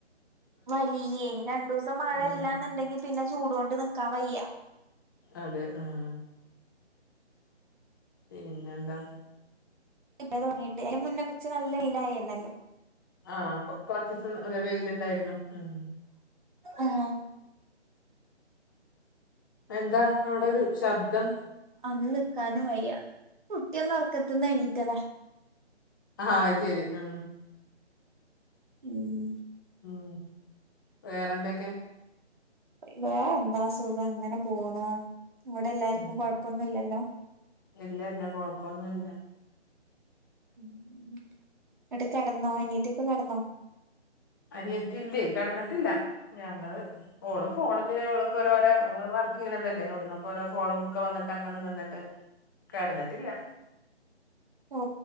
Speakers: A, on the right; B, on the left.
A: വലിയേ രണ്ടൂസം മഴ
B: ഉം
A: ഇല്ലാന്നുണ്ടെങ്കിപ്പിന്നെ ചൂട് കൊണ്ട് നിക്കാൻ വയ്യ
B: അതെ ആഹ് പിന്നെന്താ
A: ഇപ്പ തൊട്ങ്ങിയിട്ടെ അയിന് മുന്നെ കുറച്ച് നല്ല വെയിലായ്നല്ലോ
B: ആഹ് കൊ കൊർച്ചീസം നല്ല വെയില്ണ്ടായിര്ന്നു ഉം
A: ആഹ്
B: എന്താ അവിടെ ഒരു ശബ്ദം?
A: അന്ന് നിക്കാനും വയ്യ കുട്ടിയൊന്ന് ഒറക്കത്തിന്നു എണ്ണീറ്റതാ
B: ആഹ് ശരി ആ
A: ഉം
B: ഉം വേറെന്തൊക്കെ
A: വേറെന്താ സുഖം അങ്ങനെ പോണ് ഇങ്ങൾടെ എല്ലാർക്കും
B: ഉം
A: കൊഴപ്പൊന്നുല്ലല്ലോ
B: ഇല്ല ഇല്ല കൊഴപ്പൊന്നുല്ല
A: ഉം ന്നട്ട് കെടന്നോ അനിയത്തി ഒക്കെ കെടന്നോ
B: അനിയത്തില്ലേ കെടന്നിട്ടില്ല ഞങ്ങള് ഓളും ഫോണില് ഓൾക്ക് ഓരോരോ വ വീണതല്ലേ അവ്ട്ന്നൊക്കൊ ഓരോ ഫോണും ഒക്കെ വന്നിട്ട് അങ്ങനെ നിന്നിട്ട് കടന്നിട്ടില്ല
A: ഓ